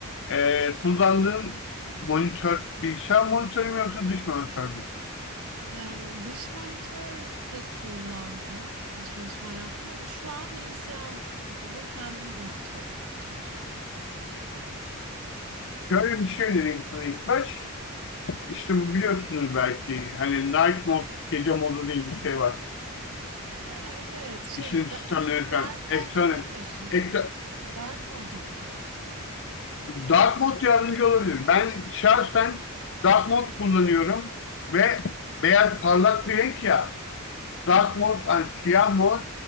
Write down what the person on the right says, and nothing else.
Ee, dış monitör de kullandım e, çalışma hayatımda ama şu an bilgisayarın kendi monitöründen çalışıyorum.
Ha evet şey
da-
dark modu
demiyorsun
değil mi? Da dark modu mu diyorsun?
Evet